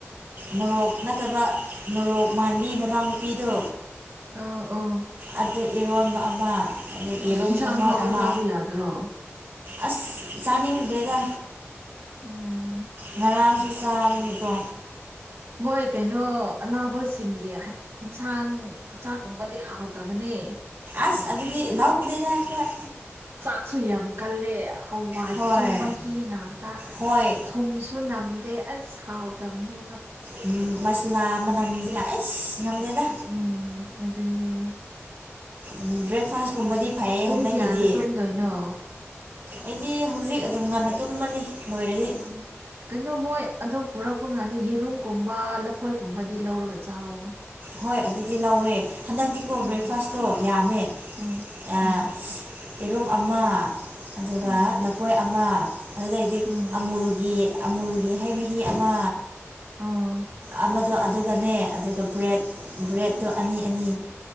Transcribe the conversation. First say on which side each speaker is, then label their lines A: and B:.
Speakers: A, on the right (about 45°); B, on the right (about 65°).
A: ꯃꯣꯔꯣꯛ ꯅꯠꯇꯕ ꯃꯣꯔꯣꯛ ꯃꯥꯟꯕꯤ ꯃꯅꯥꯎꯅꯨꯄꯤꯗꯣ
B: ꯑꯣ ꯑꯣ
A: ꯑꯗꯩ ꯏꯔꯣꯟꯕꯥ ꯑꯃ ꯑꯗꯩ
B: ꯎꯝ
A: ꯌꯦꯔꯨꯝ
B: ꯏꯟꯁꯥꯡ
A: ꯀꯥꯡꯉꯧ
B: ꯍꯥꯎꯕ
A: ꯑꯃ
B: ꯆꯥꯕ ꯌꯥꯗ꯭ꯔꯣ
A: ꯑꯁ ꯆꯥꯅꯤꯡꯗꯦꯗ
B: ꯎꯝ
A: ꯉꯔꯥꯡꯁꯨ ꯆꯥꯕꯒꯤꯗꯣ
B: ꯃꯣꯏ ꯀꯩꯅꯣ ꯑꯅꯥꯕꯁꯤꯡꯒꯤ ꯏꯟꯁꯥꯡ ꯆꯥꯛꯒꯨꯝꯕꯗꯤ ꯍꯥꯎꯇꯕꯅꯦ
A: ꯑꯁ ꯑꯗꯨꯗꯤ ꯂꯧꯗꯦꯗꯥ ꯑꯩꯈꯣꯢ
B: ꯆꯥꯛꯁꯨ ꯌꯥꯝ ꯀꯜꯂꯦ ꯍꯋꯥꯏꯗꯨꯁꯨ
A: ꯍꯣꯏ
B: ꯃꯍꯤ ꯉꯥꯛꯇ
A: ꯍꯣꯏ
B: ꯊꯨꯝꯁꯨ ꯅꯝꯗꯦ ꯑꯁ ꯍꯥꯎꯇꯕꯅꯦꯕ
A: ꯎꯝ ꯃꯁꯂꯥ ꯃꯅꯝ ꯁꯤꯒ ꯑꯩꯁ ꯉꯝꯗꯦꯗ
B: ꯎꯝ ꯑꯗꯨꯅꯦ
A: ꯎꯝ ꯕ꯭ꯔꯦꯛꯐꯥꯁ ꯀꯨꯝꯕꯗꯤ ꯐꯩꯌꯦ
B: ꯄꯨꯡ
A: ꯍꯟꯗꯛꯀꯤꯗꯤ
B: ꯀꯌꯥꯗ ꯇꯨꯝꯗꯣꯏꯅꯣ
A: ꯑꯩꯗꯤ ꯍꯧꯖꯤꯛ ꯑꯗꯨꯝ ꯉꯟꯅ ꯇꯨꯝꯃꯅꯤ ꯂꯣꯏꯔꯗꯤ
B: ꯎꯝ ꯀꯩꯅꯣ ꯃꯣꯏ ꯑꯗꯨ ꯄꯨꯔꯛꯄ ꯀꯥꯟꯗ ꯌꯦꯔꯨꯝꯒꯨꯝꯕ ꯂꯐꯣꯏꯒꯨꯝꯕꯗꯤ ꯂꯧꯔꯒ ꯆꯧꯋꯣ
A: ꯍꯣꯏ ꯑꯗꯨꯗꯤ ꯂꯧꯋꯦ ꯍꯟꯗꯛꯇꯤꯀꯣ
B: ꯎꯝ
A: ꯕ꯭ꯔꯦꯛꯐꯥꯁꯇꯣ ꯌꯥꯝꯃꯦ
B: ꯎꯝ
A: ꯑꯥ
B: ꯎꯝ
A: ꯌꯦꯔꯨꯝ ꯑꯃ ꯑꯗꯨꯒ
B: ꯎꯝ
A: ꯂꯐꯣꯏ ꯑꯃ ꯑꯗꯨꯗꯩꯗꯤ
B: ꯎꯝ
A: ꯑꯃꯨꯜꯒꯤ ꯑꯃꯨꯜꯒꯤ ꯍꯩ ꯃꯍꯤ ꯑꯃ
B: ꯑꯥ
A: ꯑꯃꯗꯣ ꯑꯗꯨꯒꯅꯦ ꯑꯗꯨꯒ ꯕ꯭ꯔꯦꯠ ꯕ꯭ꯔꯦꯠꯇꯣ ꯑꯅꯤ ꯑꯅꯤ